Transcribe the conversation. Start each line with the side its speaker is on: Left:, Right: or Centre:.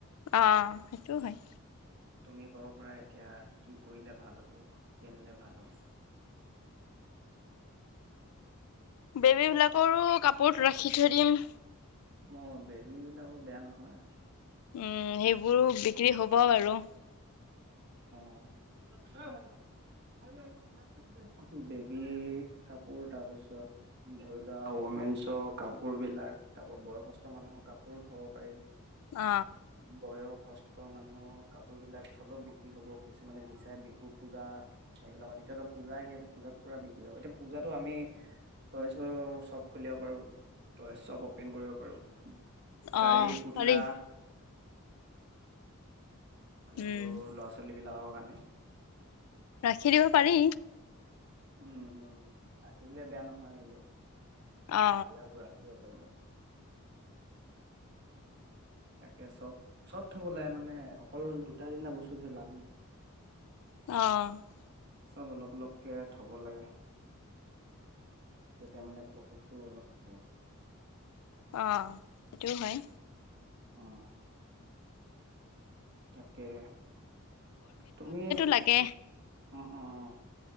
Left: অ সেইটোও হয়
Right: তুমি ক'ব পৰা এতিয়া কি কৰিলে ভাল হ'ব কি আনিলে ভাল হ'ব
Left: বেবী বিলাকৰো কাপোৰত ৰাখি থৈ দিম
Right: ম বেবী বিলাকো বেয়া নহয়
Left: উম সেইবোৰো বিক্ৰী হ'ব বাৰু
Right: অ ভাইটি মাক খাই লোৱাহি চোন ভাত বেবী কাপোৰ তাৰপিছত ধৰি লোৱা অমেনছৰ কাপোৰ বিলাক তাপা বয়সস্থ মানে অ কাপোৰো থব পাৰি
Left: অ
Right: বয়সস্থ মানুহৰ কাপোৰ বিলাক থলও বিক্ৰী হ'ব কিছুমানে বিচাৰে বিহু পূজা এইবিলাকত এতিয়াতো পূজা আহি আছে পূজাত পুৰা বিকি যাব এতিয়া পূজাতো আমি টইছৰ শ্বপ খুলিব পাৰো টইঠ শ্বপ অপেন কৰিব পাৰো গাড়ী,
Left: অ
Right: পুতলা
Left: পাৰি
Right: মানে
Left: উম
Right: সৰু ল'ৰা-ছোৱালীবিলাকৰ কাৰণে
Left: ৰাখি দিব পাৰি।
Right: উম্, উম্, ৰাখি দিলে বেয়া নহয় কিন্তু।
Left: অ
Right: ভালে হ'ব ৰাখি দিব পাৰিলে। তাকে চব, চব থ'ব লাগে মানে। অকল দুটা তিনিটা বস্তু থৈ লাভ নাই।
Left: অ',
Right: চব অলপ অলপকে থ'ব লাগে। তেতিয়া মানে প্ৰফিটটো অলপ হ'ব।
Left: অ', সেইটোও হয়।
Right: অ', তাকে, তুমি
Left: তাকে
Right: উম্, উম্।